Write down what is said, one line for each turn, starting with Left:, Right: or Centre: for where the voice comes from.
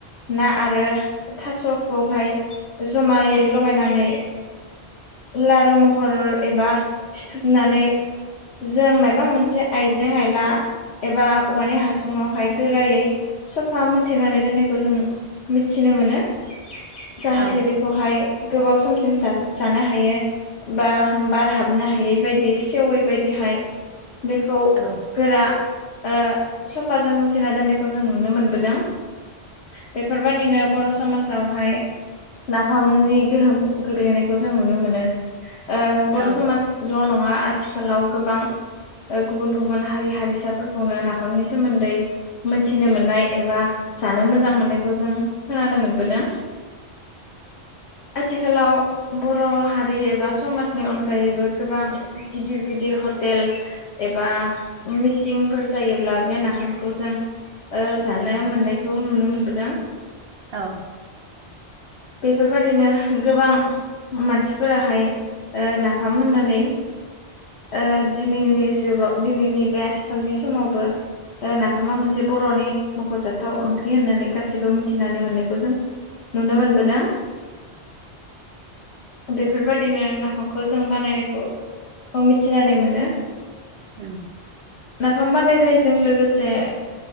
Left: ना आरो थास खौहाय जमायै लगायनानै लारु महर एबा सिथुबनानै जों माबा मोनसे आइजें आयला एबा औवानि हासुुंवहाय गोरायै सफा मुथेनानै दोननायखौ जों मिथिनो मोनो। जाहाथे
Right: औ
Left: बेखौहाय गोबाव समसिम सा-सानो ह ह बा बार हाबनो हायै बायदि सेवै बायदिहाय बेखौ
Right: औ
Left: गोरा ओ सफाजों मुथिना दोननायखौ जों नुनो मोनबोदों बेफोर बायदिनो बर' समाजावहाय नाफामनि गोहोम गोग्लैनायखौ जों नुनो मोनो ओ बर
Right: औ
Left: समाज ल नङा आथिखालाव गोबां गुबुन गुबुन हारि हारिसाफोरखौनो नाफामनि सोमोन्दै मोनथिनो मोननाय एबा जानो मोजां मोननायखौ जों खोनानो मोनबोदों आथिखालाव बर' हारि एबा समाजनि अनगायैबो गोबां गिदिर गिदिर हटेल एबा मिटिंफोर जायोब्ला बे नाफामखौ जों ओ जानो मोननायखौ नुनो मोनबोदों।
Right: औ
Left: बेफोर बादिनो गोबां मानसि फोराहाय ओ नाफाम होननानै ओ दिनैनि जुगाव दिनैनि बे आथिखालनि समावबो नाफामा मोनसे बर'नि मखजाथाव ओंख्रि होननानै गासिबो मिथिनानै मोननायखौ जों नुनो मोनबो दा बेफोरबादिनो नाफामखौ जों बानायनायखौ मिथिनानै मोनो
Right: ओं
Left: नाफाम बानायनायजों लोगोसे